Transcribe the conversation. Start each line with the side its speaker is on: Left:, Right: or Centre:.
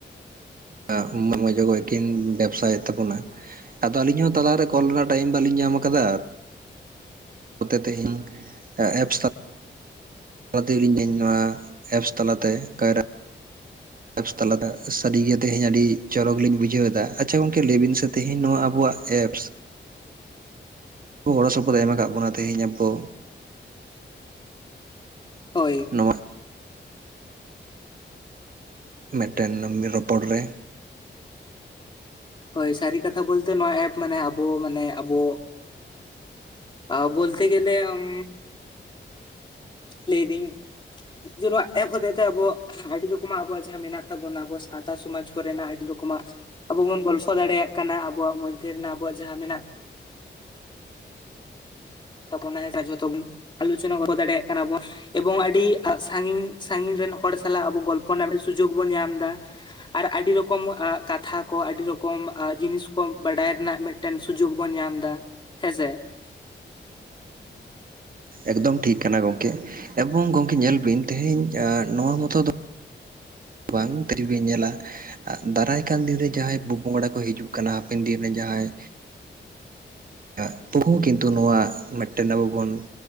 Right: <unintelligible> ᱡᱚᱠᱷᱚᱡ ᱠᱤᱱ ᱵᱮᱵᱥᱟᱭᱮᱫ ᱛᱟᱵᱚᱱᱟ ᱟᱫᱚ ᱟᱹᱞᱤᱧ ᱦᱚᱸ ᱛᱟᱞᱟᱨᱮ ᱠᱳᱞ ᱨᱮᱱᱟᱜ ᱴᱟᱭᱤᱢ ᱵᱟᱹᱞᱤᱧ ᱧᱟᱢ ᱟᱠᱟᱫᱟ ᱱᱚᱛᱮ ᱛᱮᱦᱤᱧ ᱮᱯᱥ ᱛᱟᱼᱼ ᱚᱱᱟᱛᱮᱜᱮ ᱞᱤᱧ <unintelligible> ᱱᱚᱣᱟ ᱮᱯᱥ ᱛᱟᱞᱟᱛᱮ ᱠᱟᱭᱨᱟ ᱮᱯᱥ ᱛᱟᱞᱟᱛᱮ ᱥᱟᱹᱨᱤᱜᱮ ᱛᱮᱦᱮᱧ ᱟᱹᱰᱤ ᱪᱚᱨᱚᱠ ᱞᱤᱧ ᱵᱩᱡᱷᱟᱹᱣ ᱮᱫᱟ ᱟᱪᱪᱷᱟ ᱜᱚᱝᱠᱮ ᱞᱮᱟᱹᱭ ᱵᱤᱱ ᱥᱮ ᱛᱮᱦᱮᱧ ᱱᱚᱣᱟ ᱟᱵᱚᱣᱟᱜ ᱮᱯᱥ ᱜᱚᱲᱚ ᱥᱚᱯᱚᱦᱚᱫ ᱮᱢ ᱟᱠᱟᱫ ᱵᱚᱱᱟ ᱛᱮᱦᱤᱧ ᱟᱵᱚ
Left: ᱦᱳᱭ
Right: ᱱᱚᱣᱟ ᱢᱮᱫᱴᱮᱱ <unintelligible> ᱨᱚᱯᱚᱲ ᱨᱮ
Left: ᱦᱳᱭ ᱥᱟᱹᱨᱤ ᱠᱟᱛᱷᱟ ᱵᱚᱞᱛᱮ ᱱᱚᱣᱟ ᱮᱯ ᱢᱟᱱᱮ ᱟᱵᱚ ᱢᱟᱱᱮ ᱟᱵᱚ ᱟ ᱵᱚᱞᱛᱮ ᱜᱮᱞᱮ ᱟᱢ ᱞᱮᱭ ᱫᱤᱧ ᱡᱮ ᱱᱚᱣᱟ ᱮᱯ ᱦᱚᱛᱮ ᱛᱮ ᱟᱵᱚ ᱟᱹᱰᱤ ᱨᱚᱠᱚᱢᱟᱜ ᱟᱵᱚᱣᱟᱜ ᱡᱟᱦᱟᱸ ᱢᱮᱱᱟᱜ ᱛᱟᱵᱚᱱᱟ ᱟᱵᱚ ᱥᱟᱶᱛᱟ ᱥᱚᱢᱟᱡᱽ ᱠᱚᱨᱮᱱᱟᱜ ᱟᱹᱰᱤ ᱨᱚᱠᱚᱢᱟᱜ ᱟᱵᱚ ᱵᱚᱱ ᱜᱚᱞᱯᱷᱚ ᱫᱟᱲᱮᱭᱟᱜ ᱠᱟᱱᱟ ᱟᱵᱚᱣᱟᱜ ᱢᱚᱫᱽᱫᱷᱮ ᱨᱮᱱᱟᱜ ᱟᱵᱚᱣᱟᱜ ᱡᱟᱦᱟᱸ ᱢᱮᱱᱟᱜ <unintelligible> ᱡᱷᱚᱛᱚ ᱵᱚᱱ ᱟᱞᱩᱪᱚᱱᱟ ᱵᱟᱵᱚ ᱫᱟᱲᱮᱭᱟᱜ ᱠᱟᱱᱟ ᱵᱚᱱ᱾ ᱮᱵᱚᱝ ᱟᱹᱰᱤ ᱥᱟᱺᱜᱤᱧ ᱥᱟᱺᱜᱤᱧ ᱨᱮᱱ ᱦᱚᱲ ᱥᱟᱞᱟᱜ ᱟᱵᱚ ᱜᱚᱞᱯᱷᱚ ᱨᱮᱱᱟᱜ ᱥᱩᱡᱚᱜᱽ ᱵᱚᱱ ᱧᱟᱢ ᱮᱫᱟ ᱟᱨ ᱟᱹᱰᱤ ᱨᱚᱠᱚᱢ ᱮᱸᱻ ᱠᱟᱛᱷᱟ ᱠᱚ ᱟᱹᱰᱤ ᱨᱚᱠᱚᱢ ᱡᱤᱱᱤᱥ ᱠᱚ ᱵᱟᱰᱟᱭ ᱨᱮᱱᱟᱜ ᱢᱤᱫᱼᱼ ᱢᱤᱫᱴᱮᱱ ᱥᱩᱡᱚᱜᱽ ᱵᱚᱱ ᱧᱟᱢ ᱮᱫᱟ ᱦᱮᱸᱥᱮ
Right: ᱮᱠᱫᱚᱢ ᱴᱷᱤᱠ ᱠᱟᱱᱟ ᱜᱚᱝᱠᱮ ᱮᱵᱚᱝ ᱜᱚᱢᱠᱮ ᱧᱮᱞ ᱵᱤᱱ ᱛᱮᱦᱮᱧ ᱮᱸᱻ ᱱᱚᱣᱟ ᱢᱚᱛᱚ ᱫᱚ ᱵᱟᱝ ᱠᱟᱹᱴᱤᱡ ᱵᱤᱱ ᱧᱮᱞᱟ ᱫᱟᱨᱟᱭ ᱠᱟᱱ ᱫᱤᱱᱨᱮ ᱡᱟᱦᱟᱸᱭ ᱯᱚᱼᱯᱚᱝᱲᱟ ᱠᱚ ᱦᱤᱡᱩᱜ ᱠᱟᱱᱟ ᱦᱟᱯᱮᱱ ᱫᱤᱱ ᱨᱮᱱ ᱡᱟᱦᱟᱸᱭ <unintelligible> ᱠᱤᱱᱛᱩ ᱱᱚᱣᱟ ᱢᱤᱫᱴᱮᱱ ᱟᱵᱚ ᱵᱚᱱ